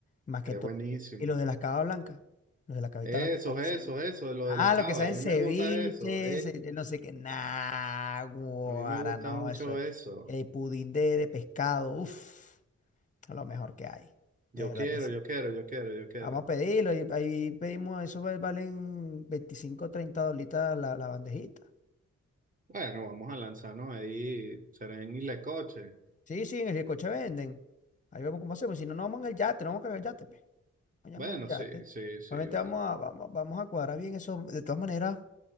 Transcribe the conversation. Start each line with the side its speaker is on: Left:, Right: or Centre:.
Left: Más que
Right: Es
Left: todo.
Right: buenísimo.
Left: ¿Y los de las cabas blancas? Los de la cabita
Right: Eso,
Left: blanca salen
Right: eso,
Left: ceviche.
Right: eso, de lo
Left: Ah,
Right: de las cavas,
Left: los que salen
Right: a mí
Left: ceviches,
Right: me gusta eso.
Left: eh, no sé qué. Nah, guara,
Right: A mí me gusta
Left: no,
Right: mucho
Left: eso es.
Right: eso.
Left: El pudín de, de pescado, uff, lo mejor que hay.
Right: Yo
Left: De verdad
Right: quiero,
Left: que sí.
Right: yo quiero, yo quiero, yo quiero.
Left: Vamos a pedirlo. Ahí, ahí pedimos, eso va- valen 25, 30 dolitas la, la bandejita.
Right: Bueno, vamos a lanzarnos ahí, Serén y Lecoche.
Left: Sí, sí, en el Ricoche venden. Ahí vemos cómo hacemos. Si no, no vamos en el yate, no vamos a cagar el yate. pe. Vayamos
Right: Bueno,
Left: al yate.
Right: sí, sí, sí,
Left: Realmente
Right: vale.
Left: vamos a, vamos, vamos a cuadrar bien eso. De todas maneras,